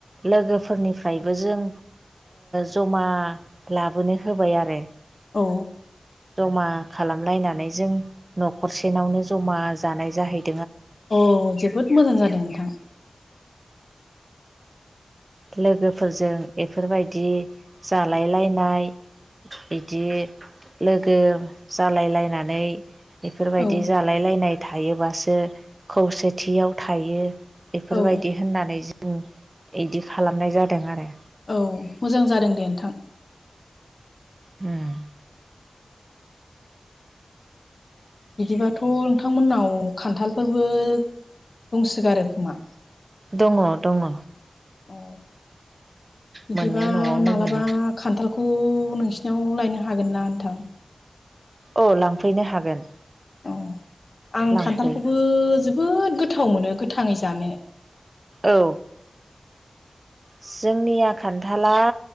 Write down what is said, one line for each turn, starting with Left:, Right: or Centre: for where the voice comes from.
Right: लोगोफोरनिफ्रायबो जों जमा लाबोनो होबाय आरो
Left: औ
Right: जमा खालामलायनानै जों न'खरसेनावनो जमा जानाय जाहैयो
Left: अ जोबोद मोजां जादों नोंथां
Right: लोगोफोरजों बेफोरबायदि जालायलायनाय बिदि लोगो जालायलायनानै बेफोरबायदि
Left: औ
Right: जालायलायनाय थायोबासो खौसेथियाव थायो बेफोरबायदि
Left: औ
Right: होननानै जों इदि खालामनाय जादों आरो
Left: औ मोजां जादों दे नोंथां
Right: ओम
Left: बिदिबाथ' नोंथांमोननाव खान्थालफोरबो दंसगारो खोमा
Right: दंङ दंङ
Left: अ बिदिबा
Right: मोनो न'आवनो
Left: मालाबा
Right: मोनो
Left: खान्थालखौ नोंसोरनि निनाव लायनो हागोन ना नोंथां
Right: औ लांफैनो हागोन
Left: औ आं
Right: लांफै
Left: खान्थालखौबो जोबोद गोथाव मोनो गोथांङै जानो
Right: औ जोंनिया खान्थाला